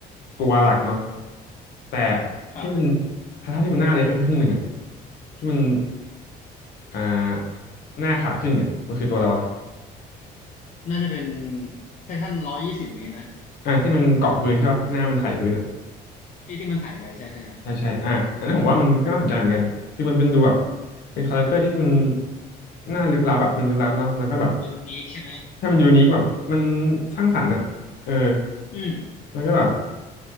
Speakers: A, on the left (about 65°); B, on the left (about 45°).
A: ตัวหลักเนาะแต่
B: ครับ
A: ที่มันไททันที่มันหน้าเละก็คือครึ่งหนึ่งอะที่มัน อ่าหน้าขาดครึ่งอ่ะมันคือตัวอะไรวะ
B: น่าจะเป็นไททันร้อยยี่สิบเมตรนะ
A: อ่าที่มันเกาะพื้นใช่ปะหน้ามันไถพื้นอ่ะ
B: ที่ที่มันถ่ายไปใช่ใช่ครับ
A: ใช่ใช่อ่าอันนั้นผมว่ามันก็น่าสนใจเหมือนกันคือมันเป็นดูแบบเป็นคาแรคเตอร์ที่มันหน้าลึกลับอ่ะมันลึกลับเนาะแล้วก็แบบ
B: มันยูนิคใช่ไหม
A: ถ้ามันยูนิคแบบมันสร้างสรรค์อ่ะเออ
B: อืม
A: แล้วก็แบบ